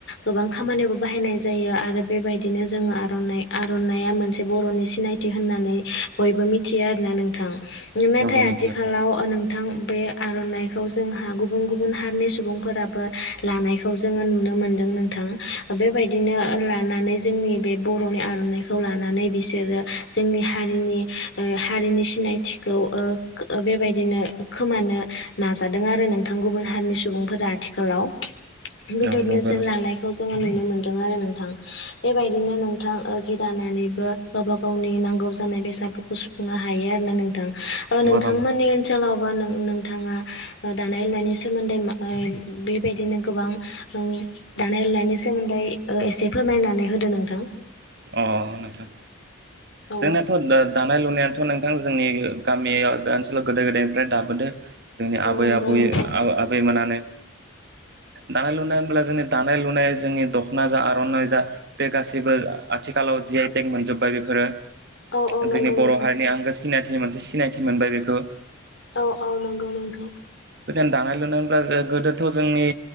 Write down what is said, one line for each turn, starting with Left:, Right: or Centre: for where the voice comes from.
Left: गोबां खामानियावबो बाहायनाय जायो आरो बेबायदिनो जोङो आर'नाइ आर'नाइया मोनसे बर'नि सिनायथि होननानै बयबो मिथियो आरोना नोंथां। नाथाय
Right: नंगौ नंगौ
Left: आथिखालाव
Right: नोंथां
Left: नों थां बे आर'नाइखौ जोंहा गुबुन गुबुन हारिनि सुबुंफोराबो लानायखौ खौ जोङो नुनो मोन्दों नोंथां बेबायदिनो लानानै जोंनि बे बर'नि आर'नाइखौ खौ लानानै बिसोरो जोंनि हारिनि हारिनि ओ सिनायथिखौ ओ ओ बेबायदिनो खोमानो नाजादों आरो नोंथां गुबुन हारिनि सुबुंफोरा आथिखालाव बेबायदिनो
Right: औ नंगौ
Left: जों
Right: नंगौ
Left: लानायखौ
Right: नंगौ
Left: जोङो नुनो मोन्दों आरो नोंथां बेबायदिनो नोंथां ओ जि दानानैबो गावबा गावनि नांगौ जानाय बेसादफोरखौ सुफुंनो हायो आरो ना नोंथां। ओ नोंथांमोननि
Right: नंगौ
Left: ओनसोलावबो नोंथाङा दानाय लुनायनि सोमोन्दै मा बेबायदिनो गोबां ओ दानाय लुनायनि सोमोन्दै एसे ओ फोरमायनानै होदो नोंथां।
Right: अ नोंथां
Left: औ
Right: जोंनाथ' दा दानाय लुनायथ' नोंथां जोंनि गामियाव ओ ओनसोलाव गोदो गोदायनिफ्राय दाबोदो जोंनि
Left: औ
Right: आबै
Left: नंगौ
Right: आबुय
Left: नोंथां
Right: आबैमोनानो दानाय लुनाय होनोब्ला जोंनि दानाय लुनाय जोंनि दख'ना जा आर'नाइ जा बे गासिबो आथिखालाव जि आइ टेक मोनजोब्बाय बेफोरो
Left: औ औ नंगौ
Right: जोंनि बर'
Left: नोंथां
Right: हारिनि आंगो सि सिनायथि मोनसे सिनायथि मोनबाय बेखौ
Left: औ औ नंगौ नोंथां।
Right: बेदिनो दानाय लुनाय होनब्ला जो गोदोथ' जोंनि